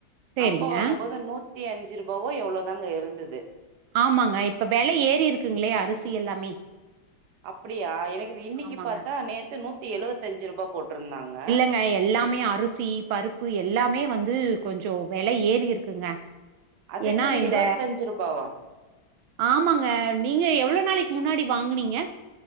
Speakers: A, on the right (about 80°); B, on the right (about 60°).
A: சரிங்க.
B: அப்ப வாங்கும்போது நூத்தி அஞ்சு ரூபாவோ எவ்வளோதாங்க இருந்தது
A: ஆமாங்க இப்ப வெலை ஏறி இருக்குங்ளே அரிசி எல்லாமே
B: அப்டியா எனக்கு இன்னைக்கு
A: ஆமாங்க.
B: பாத்தா நேத்து நூத்தி எழுவத்தஞ்சு ரூபா போட்ருந்தாங்க
A: க எல்லாமே அரிசி பருப்பு எல்லாமே வந்து கொஞ்சம் வெல ஏறி இருக்குங்க
B: அதுக்குன்னு
A: ஏன்னா இந்த
B: எழுவத்தஞ்சு ரூபாவா
A: ஆமாங்க நீங்க எவ்வளோ நாளைக்கு முன்னாடி வாங்குனீங்க